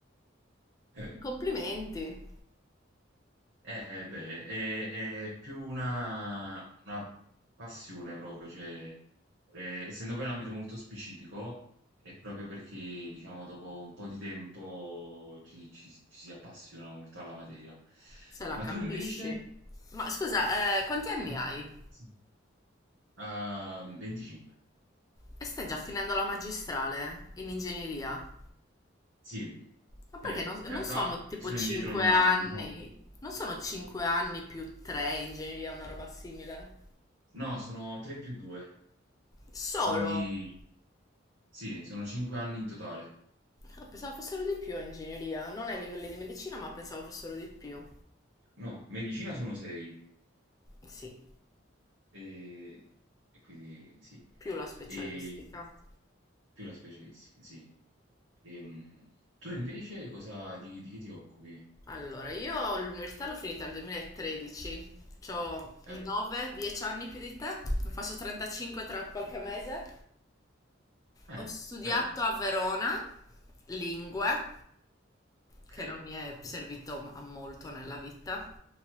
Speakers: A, on the right (about 70°); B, on the left (about 20°).
A: Eh,
B: Complimenti,
A: Eh, beh, è, è più una, una passione proprio, cioè, eh, essendo poi un ambito molto specifico, è proprio perché, diciamo, dopo un po' di tempo ci, ci- ci si appassiona molto alla materia.
B: se la
A: Ma
B: capisci.
A: tu invece?
B: Ma scusa, eh, quanti anni
A: Eh?
B: hai?
A: Sì. Ah, 25.
B: E stai già finendo la magistrale in ingegneria?
A: Sì,
B: Ma
A: che
B: perché non,
A: in
B: non
A: realtà
B: sono tipo
A: sono
B: 5
A: indietro di un
B: anni?
A: anno.
B: Non sono 5 anni più 3 ingegneria, una roba simile?
A: No, sono 3 più 2,
B: Solo?
A: quindi sì, sono 5 anni in totale.
B: Ah, pensavo fossero di più a ingegneria, non ai livelli di medicina, ma pensavo fossero di più.
A: No, medicina sono 6
B: Sì,
A: e, e quindi sì,
B: più la specialistica.
A: e più la specialistica, sì. Ehm, tu invece cosa, di, di che ti occupi?
B: Allora, io l'università l'ho finita nel 2013, ho 9-10
A: Eh,
B: anni più di te, ne faccio 35 tra
A: ok.
B: qualche mese.
A: Eh,
B: Ho studiato
A: beh,
B: a Verona lingue
A: ok.
B: che non mi è servito a molto nella vita,